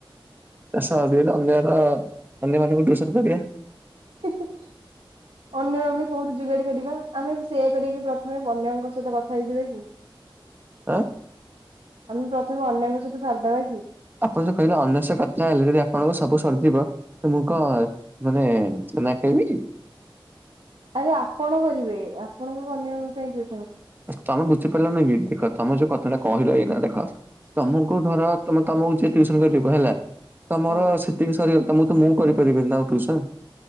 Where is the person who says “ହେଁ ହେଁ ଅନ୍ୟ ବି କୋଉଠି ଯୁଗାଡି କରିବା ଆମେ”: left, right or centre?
Right